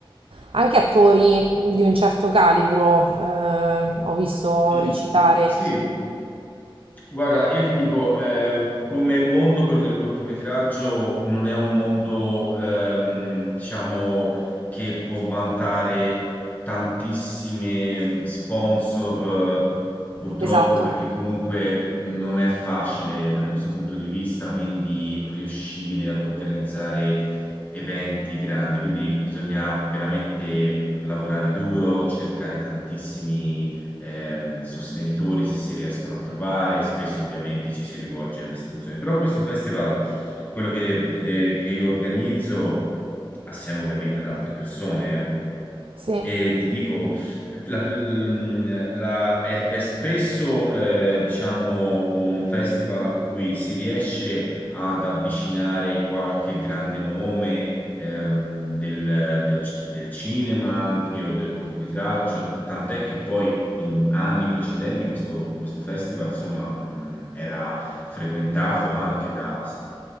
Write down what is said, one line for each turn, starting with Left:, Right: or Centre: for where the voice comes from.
Right: anche attori di un certo calibro, eh, ho visto
Left: Mm,
Right: recitare.
Left: sì. Guarda, io ti dico, eh, come mondo quello del cortometraggio non è un mondo, ehm, diciamo, che può vantare tantissime sponsor, eh, purtroppo,
Right: Esatto.
Left: perché comunque non è facile da questo punto di vista, quindi riuscire ad organizzare eventi grandi, quindi bisogna veramente lavorare duro, cercare tantissimi ehm, sostenitori se si riescono a trovare, spesso ovviamente ci si rivolge alle istituzioni. Però questo festival, quello che, de- che io organizzo assieme ovviamente ad altre persone, eh,
Right: Sì.
Left: e ti dico, eh, la- mm, la- è, è spesso, eh, diciamo, un festival a cui si riesce ad avvicinare qualche grande nome, ehm, del, del c- del cinema anche o del cortometraggio, tant'è che poi in anni precedenti questo, questo festival, insomma, mm, era frequentato anche da s-